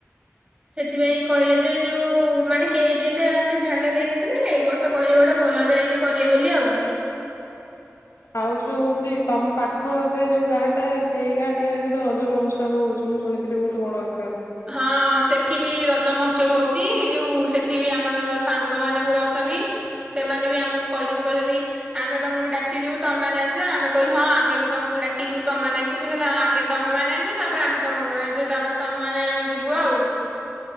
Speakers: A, on the right; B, on the left.
A: ସେଥିପାଇଁ କହିଲେ ଯେ ଯୋଉ ମାନେ କେହି ବି ଏତେ ଏମତି ଧ୍ୟାନ ଦେଇନଥିଲେ ଏଇ ବର୍ଷ କହିଲେ ଗୋଟେ ଭଲ ଏମିତି କରିବେ ବୋଲି ଆଉ
B: ଆଉ ଯୋଉ ହଉଛି ତମ ପାଖରେ ଯୋଉ ଗାଁ ଟା ସେଇ ଗାଁ ଟାରେ ବି ତ ରଜ ମହୋତ୍ସବ ହଉଛି ମୁଁ ଶୁଣିଥିଲି ବହୁତ ବଡ ଆ
A: ହଁ ସେ ସେଠି ବି ରଜ ମହୋତ୍ସବ ହଉଛି ଯୋଉ ସେଠି ବି ଆମର ସାଙ୍ଗ ମାନେ ଗୁରା ଅଛନ୍ତି। ସେମାନେ ବି ଆମକୁ କହିଛନ୍ତି କହିଛନ୍ତି। ଆମେ ତମକୁ ଡାକିିବୁ ତମ ଆସ ଆମେ କହିଁଲୁ ହଁ ଆମେ ବି ତମକୁ ଡାି ଯିବୁ ତମମାନେ ଆସିବ ସେ କହିଲ ହଁ ଆଗେ ତମେମାନେ ଆସିବ ତାପରେ ଆମେ ତମେ ଆମେ ତାପରେ ତମେ ମାନେ ଆମେ ଯିବୁ ଆଉ